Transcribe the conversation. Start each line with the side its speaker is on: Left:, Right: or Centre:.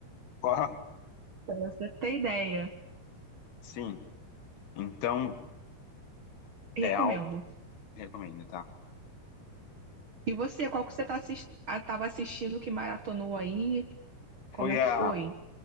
Left: Qual?
Right: pra você ter ideia.
Left: Sim. Então,
Right: E
Left: é
Right: recomendo.
Left: algo que recomendo, tá?
Right: E você, qual que você tá assisti ah, tava assistindo que maratonou aí? Como
Left: Foi
Right: é
Left: a
Right: que foi?